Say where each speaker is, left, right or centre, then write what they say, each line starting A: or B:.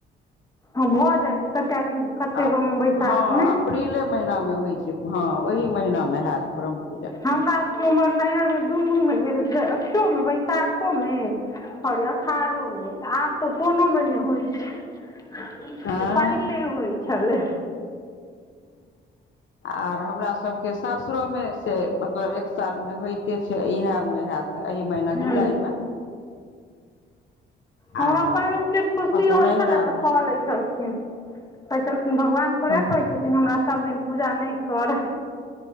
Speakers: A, on the left (about 15°); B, on the left (about 65°).
A: हँ भऽ जाइ छै कतेक आदमी, कतेक
B: आ
A: गाँव में बैसाखमे।
B: हँ अप्रीले महिना में होइ छै। हँ ओहि महिनामे होयत ब्रझ
A: हमरा सबके उमर नैहर मे दुनू मेर भेल जाए मे बैसाखो मे सार अषाढ़ोमे तऽ आब तऽ कोनो मे नहि होइ छै
B: आँय
A: पहिले होइ छलै।
B: आर हमरा सबके सासुरो मे से मतलब एक साल मे होइत के छै इएह मे हयत एहि महीना
A: हँ
B: जुलाई मे
A: हँ
B: आर
A: अपन लोकके खुशी
B: ओतऽ
A: होइत
B: नैहरामे
A: छलैन्ह ने त कऽ लै छलखिन। कहै छलखिन भगवान थोड़े
B: हँ
A: कहै छथिन, हमरा सब दिन पूजा नहि कर